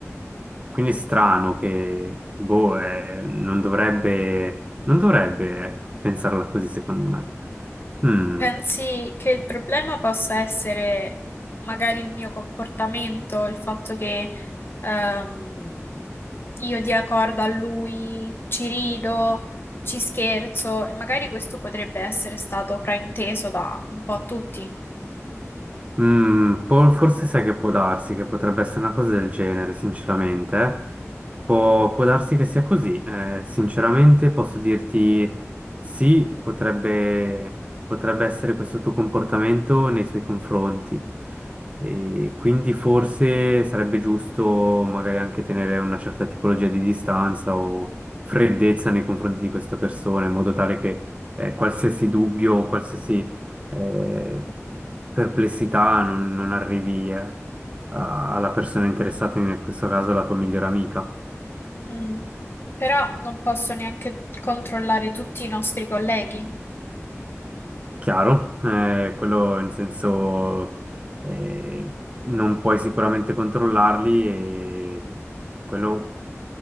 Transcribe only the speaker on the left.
Pensi che il problema possa essere magari il mio comportamento, il fatto che ehm, io dia corda a lui, ci rido, ci scherzo, e magari questo potrebbe essere stato frainteso da un po' tutti.
Mm. Però non posso neanche controllare tutti i nostri colleghi.